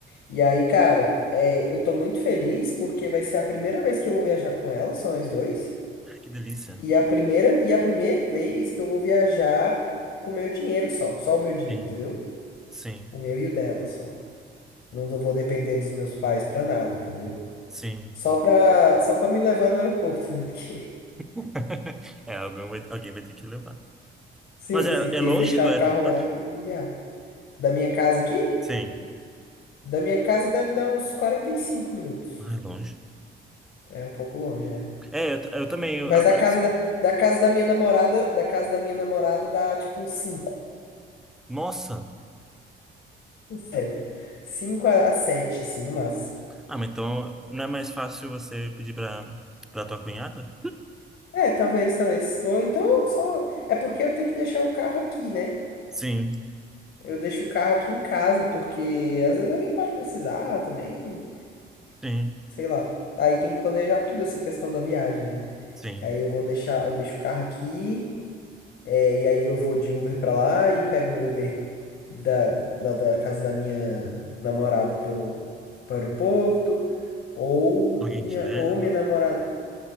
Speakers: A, on the left; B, in the centre.
A: E aí, cara, é, eu tô muito feliz porque vai ser a primeira vez que eu vou viajar com ela, só nós dois.
B: Ai, que delícia.
A: E a primeira, e a primeira vez que eu vou viajar com o meu dinheiro só, só o meu dinheiro,
B: Sim,
A: entendeu?
B: sim,
A: O meu e o dela só. Não vou depender dos meus pais pra nada, entendeu?
B: sim.
A: Só pra, só pra me levar no aeroporto, né? <laughs> Porque,
B: <laughs> É, alguém vai, alguém vai ter que levar.
A: sim,
B: Mas é,
A: sim, porque
B: é longe
A: deixar
B: do
A: o
B: aeroporto?
A: carro lá é inviável. Da minha casa aqui?
B: Sim.
A: Da minha casa deve dar uns 45 minutos.
B: Ah, é longe.
A: É um pouco longe, é.
B: É, eu, t- eu também. eu-
A: Mas
B: agora,
A: da casa da, da casa da minha namorada, da casa da minha namorada dá tipo um cinco
B: nossa!
A: Sério. cinco a sete assim, no máximo.
B: Ah, mas então não é mais fácil você pedir pra, pra tua cunhada?
A: É, talvez, talvez. Ou então só. É porque eu tenho que deixar o carro aqui, né?
B: Sim,
A: Eu deixo o carro aqui em casa, porque às vezes alguém pode precisar também.
B: sim,
A: Sei lá. Aí tem que planejar tudo essa questão da viagem, né?
B: sim.
A: Que aí eu vou deixar, eu deixo o carro aqui. É, e aí eu vou de Uber pra lá e pego um Uber da, lá da casa da minha namorada pro, pro aeroporto. Ou
B: Alguém
A: minha,
B: te leva?
A: ou minha namorada.